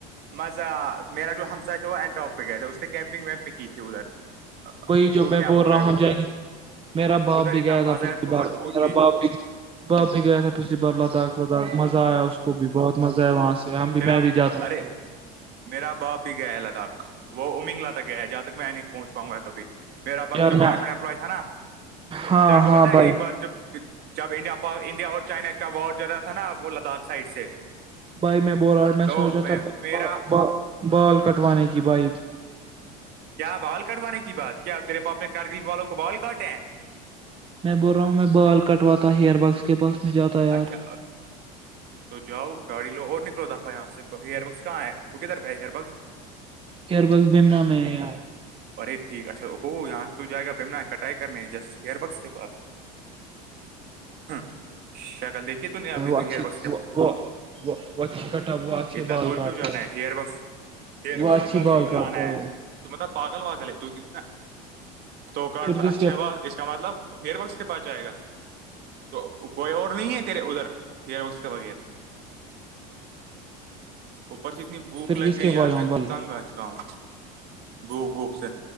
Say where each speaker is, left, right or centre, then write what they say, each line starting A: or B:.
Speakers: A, on the right; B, on the right.
A: مزہ میرا جو ہممسا تھا وہ اینٹارک پہ گیا تھا اس نے کیمپنگ ویمپنگ کی تھی ادھر
B: وہی جو
A: تو
B: میں
A: کیا
B: بول رہا ہوں
A: ہے
B: ہم جائیں گے میرا باپ
A: ادھر
B: بھی
A: اتنا
B: گئے تھا
A: مزہ
B: پچھلی
A: ہے تو
B: بار
A: مت پوچھی
B: میرا باپ بھی باپ ہی گیا تھا پچھلی بار لداخ وداخ مزہ آیا اس کو بھی بہت مزہ ہے وہاں سے بھی
A: تیرا
B: میں بھی جاتا ہوں
A: ارے میرا باپ بھی گیا ہے لداخ وہ امنگل تک گیا ہے جہاں تک میں نہیں پہنچ پاں گا کبھی میرا باپ
B: یار
A: جو گورنمنٹ
B: میں
A: ایمپلائی تھا نا
B: ہاں
A: تیل گ
B: ہاں
A: بت ا
B: بھائی
A: ایک بار چ جب انڈیا انڈیا اور چائنا کا وار چل رہا تھا نا وہ لداخ سائڈ سے
B: بائی م بور آ میں
A: تو
B: سوچتا تھا
A: میرا
B: ب بال کٹوانے کی بائی
A: کیا بال کٹوانے کی بات کیا تیرے پاپے کرگل والوں کو بال کاٹے ہیں
B: میں بول رہا ہوں میں بال کٹواتا ہیئر بز کے پاس میں جاتا یار
A: اچھا تو جاؤ گاڑی لو اور نکلو دفا یہاں سے ہ ہیئر بگس کہاں ہے وہ کدھر پہ ہے ہیئر بگس
B: ہیر بس بمنہ میں ہے
A: ارے ٹھیک اچھا وہ یہاں سے تو جائے گا بیمنا ہے کٹائی کرنے ہے جسٹ ہیئر بکس کے پس ہمم شکل دیکھیے تو نہیں آ
B: میں وہ اچھی
A: ہیئر بس کے
B: <unintelligible> وہ اچھے
A: اتنا
B: بال
A: دور
B: کاٹتے
A: کیوں جانا
B: ہیں
A: ہے ہیئر بکس پھر
B: وہ
A: اس
B: اچھی
A: کے پاس
B: بال
A: کیوں جانا
B: کاٹتے ہیں
A: ہے
B: وہ
A: تو مطلب پاگل واگل ہے تو کنا توکاٹتا
B: کس
A: اچھا
B: کے
A: ہے ب اس کا مطلب ہیئر بکس کے پاس جائے گا تو کوئی اور نہیں ہے تیرے ادھر ہیئر بگس کے بغیر اوپر سے اتنی بھوک
B: پھر
A: لگ
B: کس
A: گئی
B: کے
A: یار
B: پاس جاؤں
A: میں
B: بھائی
A: تنگ آ چکا ہوں بھوک بھوک سے